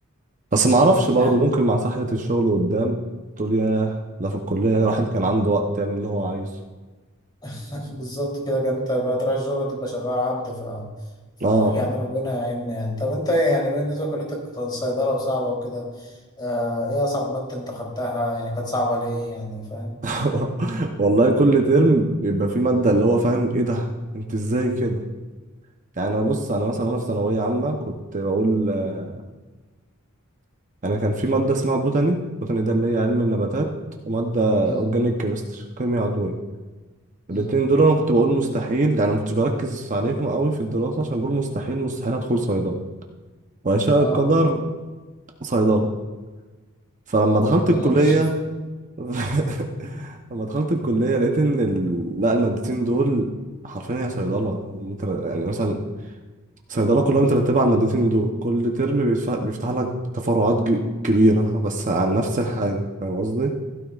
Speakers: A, on the right; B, on the left.
A: بس ما
B: مم.
A: اعرفش برضه
B: يعني
A: ممكن مع سحلة الشغل قدام تقول ياه ده في الكلية الواحد كان عنده وقت يعمل اللي هو عايزه
B: <laughs> بالظبط كده كان انت بعد راس الجولة تبقى شغال عبد ف... ف
A: اه
B: يعني ربنا يعيننا يعني طب انت يعني بالنسبة لكليتك صيدلة وصعبة وكده آه ايه أصعب مادة انت خدتها يعني كانت صعبة ليه يعني فاهم؟
A: <laughs> والله كل ترم يبقى في مادة اللي هو فاهم ايه ده انت ازاي كده يعني انا بص انا مثلا انا في ثانوية عامة كنت بقول آه، انا كان في مادة اسمها بوتاني بوتاني ده اللي هي علم النباتات ومادة
B: مم.
A: اورجانيك كيمستري كيمياء عضوية
B: مم.
A: الاتنين دول انا كنت بقول مستحيل يعني ما كنتش بركز عليهم قوي في الدراسة عشان بقول مستحيل مستحيل ادخل صيدلة ويشاء
B: اه
A: القدر صيدلة فلما دخلت الكلية
B: يلا بالشفت
A: <laughs> لما دخلت الكلية لقيت إن ال... لا المادتين دول حرفيا هي صيدلة انت يعني مثلا صيدلة كلها مترتبة على المادتين دول كل ترم بيفتح, بيفتح لك تفرعات ج... كبيرة بس عن نفس الحاجة
B: مم.
A: فاهم قصدي؟